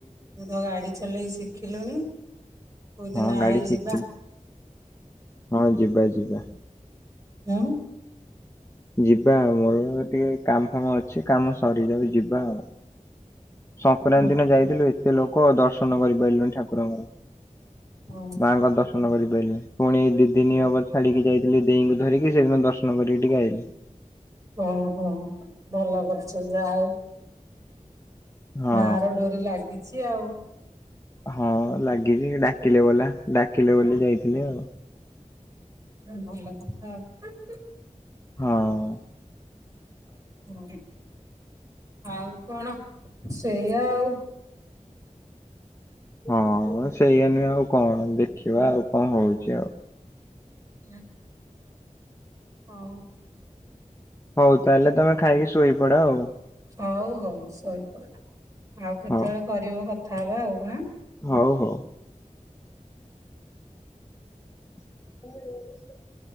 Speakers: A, on the right; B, on the left.
A: ତୁ ତ ଗାଡି ଚଲେଇ ଶିଖିଲୁଣି। <inaudible> କୋଉଦିନ
B: ହଁ
A: ଆଇ
B: ଗାଡି ଶିଖିଲି।
A: ଯିବା?
B: ହଁ ଯିବା ଯିବା ।
A: ହୁଁ।
B: ଯିବା ଆଉ ମୋର ଟିକେ କାମ ଫାମ ଅଛି କାମ ସରିଯାଉ ଯିବା ଆଉ । ସଂକ୍ରାନ୍ତି
A: ହୁଁ
B: ଦିନ ଯାଇଥିଲୁ
A: ହୁଁ
B: ଏତେ ଲୋ କ ଦର୍ଶନ କରିପାରିଲୁଣି ଠାକୁରଙ୍କର।
A: ହୁଁ
B: ମାଙ୍କ ଦର୍ଶନ କରିପାରିଲି ପୁଣି ଦିଦିନି ହବର ଛାଡିକି ଯାଇଥିଲି ଦେଇଙ୍କୁ ଧରିକି ସେଦିନ ଦର୍ଶନ କରିକି ଟିକେ ଆଇଲି।
A: ହଉ ହଉ ଭଲ କରୁଛ ଯାହା ହଉ
B: ହଁ
A: ମା ର ଡୋରି ଲାଗିଛି ଆଉ ।
B: ହଁ ଲାଗିଛି ଡାକିଲେ ବଲା ଡାକିଲେ ବୋଲି ଯାଇଥିଲି ଆଉ।
A: ହ ଭଲ କଥା ।
B: ହଁ ।
A: ହ ହଉ କଣ ସେଇଆ ଆଉ?
B: ହଁ ସେଇଆ ନୁଏ ଆଉ କଣ ଦେଖିବା ଆଉ କଣ ହଉଛି ଆଉ?
A: ହୁଁ। ହଉ।
B: ହଉ ତାହେଲେ ତମେ ଖାଇକି ଶୋଇ ପଡ ଆଉ।
A: ହଉ ହଉ। ଶୋଇପଡ଼ ଆଉ କେତେବେଳେ
B: ହଉ
A: କରିବ କ କଥା ହବା ଆଉ ଆଁ।
B: ହଉ ହଉ। <unintelligible>